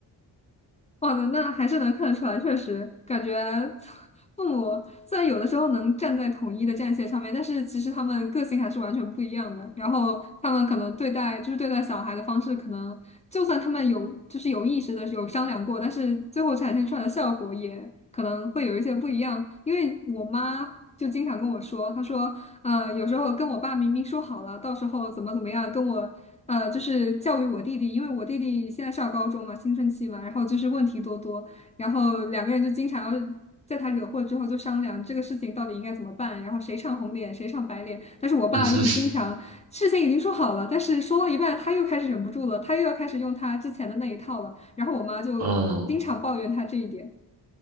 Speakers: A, on the left (about 20°); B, on the right (about 60°).
A: 哇，那那还是能看得出来，确实感觉 <laughs> 父母虽然有的时候能站在统一的战线上面，但是其实他们个性还是完全不一样的。然后他们可能对待就是对待小孩的方式，可能就算他们有就是有意识的有商量过，但是最后展现出来的效果也可能会有一些不一样。因为我妈就经常跟我说，她说，呃，有时候跟我爸明明说好了，到时候怎么怎么样，跟我。呃，就是教育我弟弟，因为我弟弟现在上高中嘛，青春期嘛，然后就是问题多多，然后两个人就经常要在他惹祸之后就商量这个事情到底应该怎么办，然后谁唱红脸，谁唱白脸。但是我爸就是经常事情已经说好了，
B: <laughs>
A: 但是说到一半他又开始忍不住了，他又要开始用他之前的那一套了，然后我妈就经常抱怨他这一点。
B: 嗯哼，嗯，